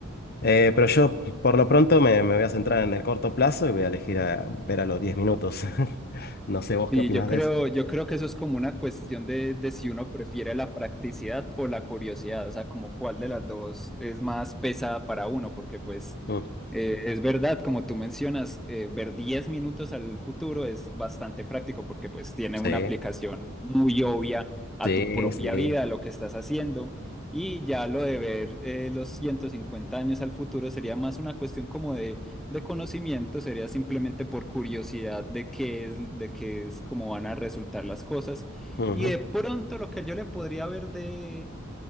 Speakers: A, on the left; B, in the centre.
A: Eh, pero yo por lo pronto me, me voy a centrar en el corto plazo y voy a elegir a ver a los 10 minutos. <laughs> No sé vos
B: Y
A: qué opinás
B: yo creo,
A: de eso.
B: yo creo que eso es como una cuestión de, de si uno prefiere la practicidad o la curiosidad, o sea, como cuál de las dos es más pesada para uno, porque pues
A: Mm,
B: eh, es verdad, como tú mencionas, eh, ver 10 minutos al futuro es bastante práctico porque pues tiene una
A: Sí,
B: aplicación muy obvia a
A: sí,
B: tu propia
A: sí.
B: vida, a lo que estás haciendo, y ya lo de ver eh, los 150 años al futuro sería más una cuestión como de de conocimiento sería simplemente por curiosidad de qué es, de qué es cómo van a resultar las cosas.
A: Ujú,
B: Y de pronto lo que yo le podría ver de,